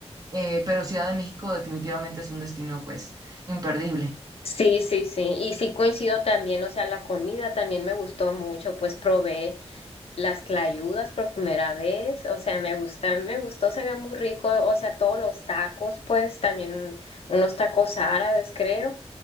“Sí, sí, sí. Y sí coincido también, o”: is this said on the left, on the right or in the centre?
Left